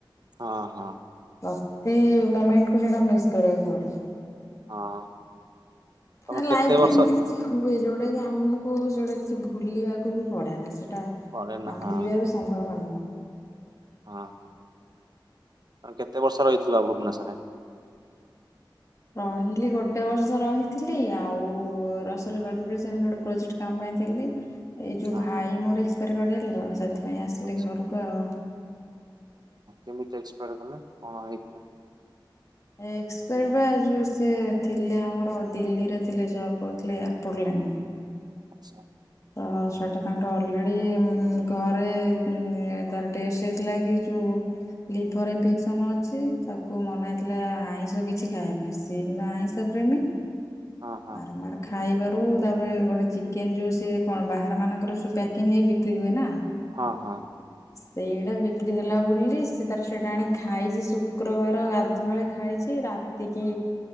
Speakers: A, on the right (about 55°); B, on the left (about 40°).
A: ହଁ ହଁ।
B: ପ୍ରତି ମୋମେଣ୍ଟ କୁ ସେଇଟା ମିସ୍ କରିବାକୁ ପଡିବ।
A: ହଁ। ତମେ
B: ଲାଇଫରେ
A: କେତେ ବର୍ଷ
B: ଏମିତି କିଛି ହୁଏ ଯୋଉଟା କି ଆମକୁ ସେଟା କିଛି ଭୁଲିବାକୁ ବି ପଡେ ନା ସେ ଟା
A: ପରେ ନା
B: ଆଉ
A: ହଁ
B: ଭୁଲିବା ବି ସମ୍ଭବ ନୁହଁ।
A: ହଁ ହଁ। ଆଉ କେତେ ବର୍ଷ ରହିଥିଲ ଭୁବନେଶ୍ୱରରେ?
B: ରହିଲି ଗୋଟେ ବର୍ଷ ରହିଥିଲି ଆଉ ରସୁଲଗଡରେ ସେମିତି ଗୋଟେ ପ୍ରୋଜେକ୍ଟ କାମ ପାଇ ଥିଲି। ଏଇ ଯୋଉ
A: ହଁ।
B: ଭାଇ ମୋର ଏକ୍ସପାଡ କରିଗଲେ ତ ସେଥିପାଇଁ ଆସିଲି
A: ଆଚ୍ଛା
B: ଘରକୁ ଆଉ।
A: କେମତି ଏକ୍ସପାଡ କଲେ କଣ ହେଇଥିଲା?
B: ଏକ୍ସପାଡ ପା ଯୋଉ ସେ ଥିଲେ ଆମର ଦିଲ୍ଲୀରେ ଥିଲେ ଜବ୍ କରୁଥିଲେ ଏୟାରପୋର୍ଟଲି <unintelligible>
A: ଆଚ୍ଛା।
B: ତ ସେଇଟା ତାଙ୍କର ଅଲରେଡି ଉଁ ଘରେ ତାର ଟେଷ୍ଟ ହେଇଥିଲା କି ଯୋଉ ଲିଭର ଇନଫେକ୍ସନ ଅଛି ତାକୁ ମନା ହେଇଥିଲା ଆଇଁଷ କିଛି ଖାଇବା ପାଇଁ ସିଏ କିନ୍ତୁ ଆଇଁଷ ପ୍ରେମି
A: ହଁ ହଁ
B: ବାରମ୍ବାର ଖାଇବାରୁ ତାପରେ ଗୋଟେ ଚିକେନ ଜୁସ୍ ସେ କଣ ବାହାର ମାନଙ୍କର ସବୁ ପ୍ୟାକିଙ୍ଗି ହେଇକି ବିକ୍ରି ହୁଏନା।
A: ହଁ ହଁ।
B: ସେଇଟା ବିକ୍ରି ହେଲା ବୋଲି ସେ ତାର ସେଇଟା ଆଣି ଖାଇଚି ଶୁକ୍ରବାର ଗାଧୁଆଳେ ଖାଇଚି ରାତିକି